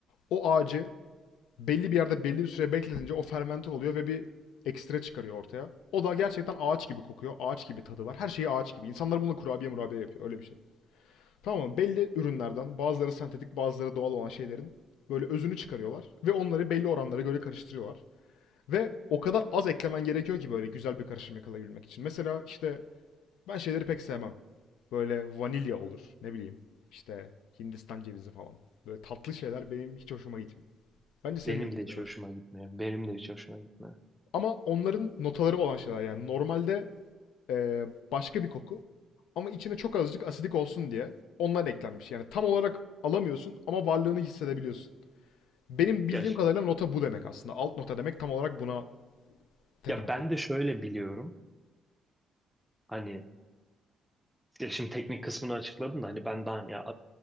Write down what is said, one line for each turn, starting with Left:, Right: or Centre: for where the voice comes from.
Left: O ağacı belli bir yerde belli bir süre bekletince o fermente oluyor ve bir ekstra çıkarıyor ortaya. O da gerçekten ağaç gibi kokuyor. Ağaç gibi tadı var. Her şeyi ağaç gibi. İnsanlar bununla kurabiye murabiye yapıyor. Öyle bir şey. Tamam mı? Belli ürünlerden bazıları sentetik bazıları doğal olan şeylerin böyle özünü çıkarıyorlar. Ve onları belli oranlara göre karıştırıyorlar. Ve o kadar az eklemen gerekiyor ki böyle güzel bir karışım yakalayabilmek için. Mesela işte ben şeyleri pek sevmem. Böyle vanilya olur ne bileyim işte Hindistan cevizi falan. Böyle tatlı şeyler benim hiç hoşuma gitmiyor. Bence senin
Centre: Benim
Left: de gitmiyordur.
Centre: de hiç hoşuma gitmiyor. Benim de hiç hoşuma gitmiyor.
Left: Ama onların notaları olan şeyler yani normalde eee, başka bir koku ama içine çok azıcık asidik olsun diye ondan eklenmiş. Yani tam olarak alamıyorsun ama varlığını hissedebiliyorsun. Benim bildiğim
Centre: Ya,
Left: kadarıyla nota bu demek aslında. Alt nota demek tam olarak buna tekabül
Centre: ya ben
Left: ediyor.
Centre: de şöyle biliyorum. Hani Ya şimdi teknik kısmını açıkladım da hani ben daha ya